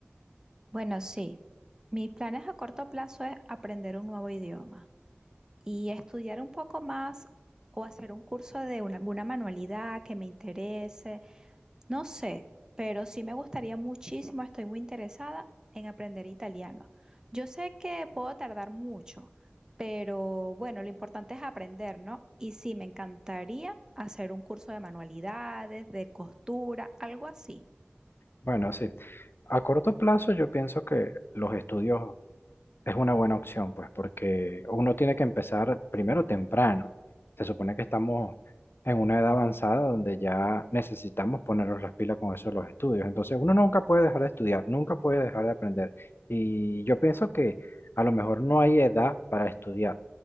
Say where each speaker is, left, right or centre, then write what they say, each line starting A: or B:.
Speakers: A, on the right; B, on the left.
A: Bueno, sí. Mis planes a corto plazo es aprender un nuevo idioma y estudiar un poco más o hacer un curso de una- alguna manualidad que me interese. No sé, pero sí me gustaría muchísimo, estoy muy interesada en aprender italiano. Yo sé que puedo tardar mucho, pero bueno, lo importante es aprender, ¿no? Y sí, me encantaría hacer un curso de manualidades, de costura, algo así.
B: Bueno, sí. A corto plazo yo pienso que los estudios Es una buena opción, pues, porque uno tiene que empezar primero temprano. Se supone que estamos en una edad avanzada donde ya necesitamos ponernos las pilas con eso de los estudios. Entonces, uno nunca puede dejar de estudiar, nunca puede dejar de aprender. Y yo pienso que a lo mejor no hay edad para estudiar,